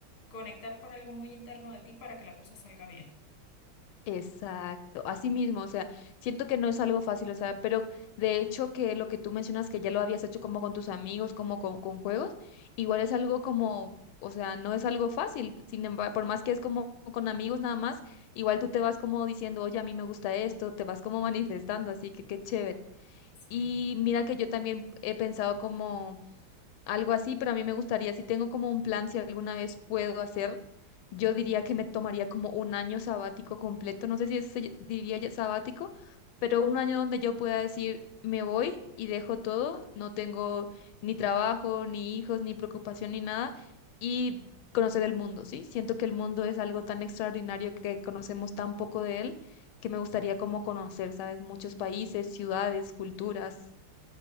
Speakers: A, on the left; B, on the left.
A: conectar con algo muy interno de ti para que la cosa salga bien.
B: Exacto, así mismo, o sea, siento que no es algo fácil, o sea, pero de hecho que lo que tú mencionas que ya lo habías hecho como con tus amigos, como con, con juegos, igual es algo como, o sea, no es algo fácil, sin embargo, por más que es como con amigos nada más, igual tú te vas como diciendo, oye, a mí me gusta esto, te vas como <laughs> manifestando, así que qué chévere.
A: Sí.
B: Y mira que yo también he pensado como algo así, pero a mí me gustaría, si tengo como un plan, si alguna vez puedo hacer, yo diría que me tomaría como un año sabático completo, no sé si se ll- diría ya sabático, pero un año donde yo pueda decir, me voy y dejo todo, no tengo ni trabajo, ni hijos, ni preocupación, ni nada, y conocer el mundo, ¿sí? Siento que el mundo es algo tan extraordinario que conocemos tan poco de él, que me gustaría como conocer, ¿sabes? Muchos países, ciudades, culturas.